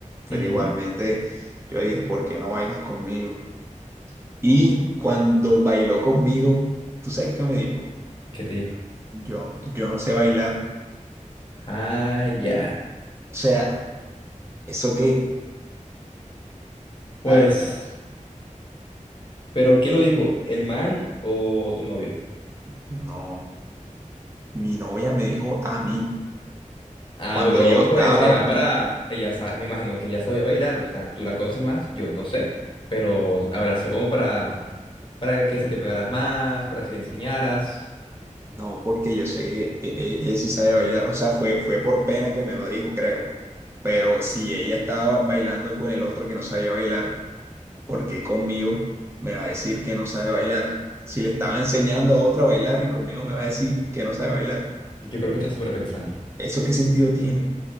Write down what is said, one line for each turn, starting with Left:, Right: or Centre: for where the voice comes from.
Right: pero
Left: Ujú,
Right: igualmente yo le dije, ¿por qué no bailas conmigo? Y cuando bailó conmigo, ¿tú sabes qué me dijo?
Left: ¿Qué te dijo?
Right: Yo, yo no sé bailar.
Left: Ah, ya.
Right: O sea, ¿eso qué?
Left: Pues,
Right: La verdad,
Left: ¿pero quién lo dijo? ¿El man o tu novia?
Right: no. Mi novia me dijo a mí,
Left: Ah,
Right: cuando
Left: bro,
Right: yo estaba,
Left: pues era para... Ella sa- Me imagino que ella sabía bailar, o sea, tú la conoces más, yo no sé, pero habrá sido como para, para que se te pegaras más, para que le enseñaras.
Right: no, porque yo sé que e- e- ella sí sabe bailar, o sea, fue, fue por pena que me lo dijo, creo. Pero si ella estaba bailando con el otro que no sabía bailar, ¿por qué conmigo me va a decir que no sabe bailar? Si le estaba enseñando a otra a bailar y conmigo me va a decir que no sabe bailar.
Left: Y Yo creo que estás
Right: Eh,
Left: sobrepensando.
Right: ¿Eso qué sentido tiene?